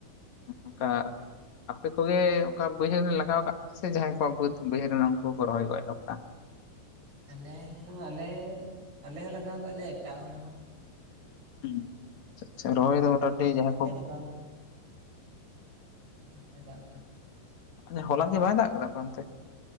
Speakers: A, on the left (about 55°); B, on the right (about 60°).
A: ᱚᱱᱠᱟ ᱟᱯᱮ ᱠᱚᱜᱮ ᱚᱱᱠᱟ ᱵᱟᱹᱭᱦᱟᱹᱲ ᱨᱮ ᱞᱟᱜᱟᱣ ᱠᱟᱜ ᱯᱮᱭᱟ ᱥᱮ ᱡᱟᱦᱟᱸᱭ ᱠᱚᱣᱟᱜ ᱵᱟᱹᱫ ᱵᱟᱹᱭᱦᱟᱹᱲ ᱨᱮᱱᱟᱜ ᱩᱱᱠᱩ ᱠᱚ ᱨᱚᱦᱚᱭ ᱜᱚᱡ ᱮᱦᱚᱵ ᱫᱟ
B: ᱟᱞᱮ ᱦᱚᱸ ᱟᱞᱮ, ᱟᱞᱮ ᱦᱚᱸ ᱞᱟᱜᱟᱣ ᱠᱟᱜ ᱞᱮᱭᱟ ᱮᱴᱟᱜ ᱦᱚᱲ ᱦᱚᱸ
A: ᱦᱩ ᱟᱪᱪᱷᱟ ᱨᱚᱭ ᱫᱚ ᱢᱚᱴᱟᱢᱩᱴᱤ ᱡᱟᱦᱟᱸᱭ ᱠᱚ
B: <inaudible> ᱵᱟᱹᱫ <inaudible> ᱫᱟᱜ ᱦᱚᱵᱟᱭ ᱫᱟᱜ ᱠᱟᱫᱟ
A: ᱚ ᱦᱚᱞᱟ ᱠᱤ ᱵᱟᱭ ᱫᱟᱜ ᱠᱟᱫᱟ ᱟᱯᱮ ᱚᱱᱛᱮ?